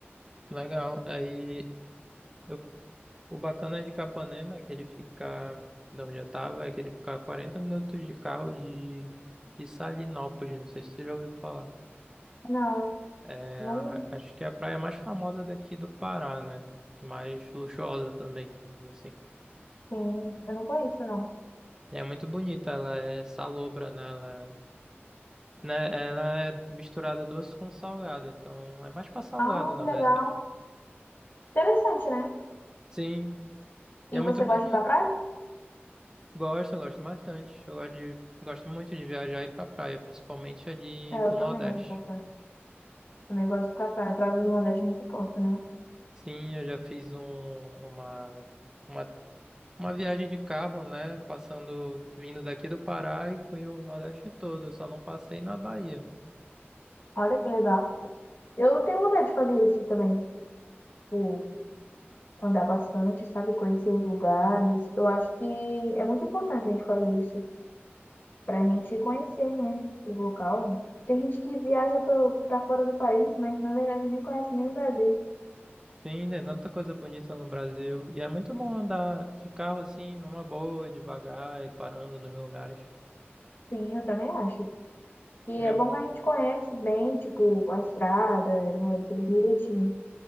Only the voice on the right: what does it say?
Legal. Aí, eu- o bacana de Capanema é que ele fica, de onde eu tava, é que ele fica a 40 minutos de carro de, de Salinópolis. Não sei se tu já ouviu falar.
É,
acho que é a praia mais famosa daqui do Pará, né? Mais luxuosa também, assim.
É muito bonita, ela é salobra, né? Ela é, né? Ela é misturada doce com salgado, então é mais pra salgado,
na
verdade.
Sim, e
é muito
bonito.
Gosto, gosto bastante. Eu gosto de, gosto muito de viajar e ir pra praia, principalmente ali
pro
Nordeste.
Sim, eu já fiz um, uma, uma, uma viagem de carro, né? Passando, vindo daqui do Pará e fui o Nordeste todo. Eu só não passei na Bahia.
Sim, tem tanta coisa bonita no Brasil. E é muito bom andar de carro assim, numa boa, devagar e parando nos lugares.
Aí
eu,